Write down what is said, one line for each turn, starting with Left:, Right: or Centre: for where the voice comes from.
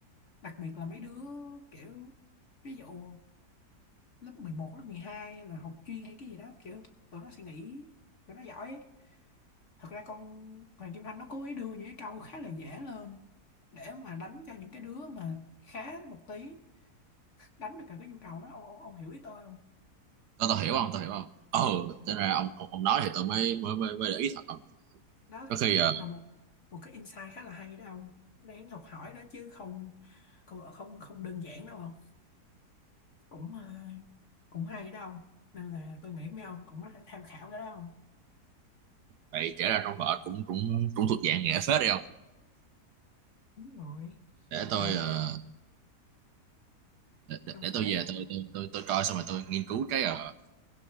Left: đặc biệt là mấy đứa kiểu ví dụ lớp 11 lớp 12 là học chuyên hay cái gì đó kiểu tụi nó suy nghĩ tụi nó giỏi ấy. thật ra con Hoàng Kim Thanh nó cố ý đưa những cái câu khá là dễ lên để mà đánh cho những cái đứa mà khá một tí đánh được cả cái nhu cầu đó ông, ông hiểu ý tôi không
Right: tao tao hiểu không tao hiểu không ờ thế ra ông, ông ông nói thì tao mới mới mới, mới để ý thật không
Left: đó
Right: có
Left: thật
Right: khi
Left: ra
Right: ờ,
Left: cũng là một một cái insight khá là hay đó ông đáng học hỏi đó chứ không không không, không đơn giản đâu không cũng ờ, cũng hay đó ông nên là tôi nghĩ mấy ông cũng có thể tham khảo cái đó không
Right: vậy kể ra trong vở cũng cũng cũng thuộc dạng nghệ phết đi không
Left: đúng rồi
Right: để tôi
Left: trời ơi
Right: ờ, để, để,
Left: đâu
Right: để
Left: phải
Right: tôi về
Left: ờ,
Right: tôi tôi tôi tôi coi xong rồi tôi nghiên cứu cái ờ,